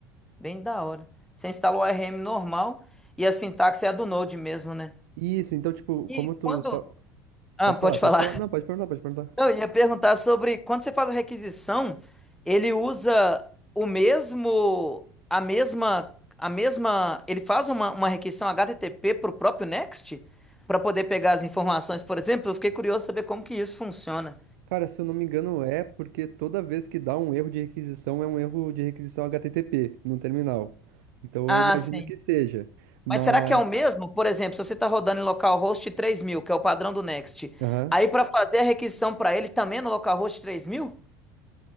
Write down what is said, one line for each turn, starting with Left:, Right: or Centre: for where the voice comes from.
Centre: Bem da hora. Você instala o RM normal e a sintaxe é a do Node mesmo, né?
Right: Isso, então, tipo,
Centre: E
Right: como tu
Centre: quando.
Right: só.
Centre: Ah,
Right: Pode
Centre: pode
Right: falar, pode
Centre: falar.
Right: falar. Não,
Centre: <laughs>
Right: pode perguntar, pode perguntar.
Centre: Eu ia perguntar sobre quando você faz a requisição, ele usa o mesmo, a mesma, a mesma, ele faz uma, uma requisição HTTP para o próprio Next para poder pegar as informações, por exemplo. Eu fiquei curioso saber como que isso funciona.
Right: Cara, se eu não me engano, é porque toda vez que dá um erro de requisição, é um erro de requisição HTTP no terminal. Então
Centre: Ah,
Right: eu imagino
Centre: sim.
Right: que seja. Mas.
Centre: Mas será que é o mesmo? Por exemplo, se você está rodando em localhost 3000, que é o padrão do Next,
Right: Aham.
Centre: aí para fazer a requisição para ele também é no localhost três mil?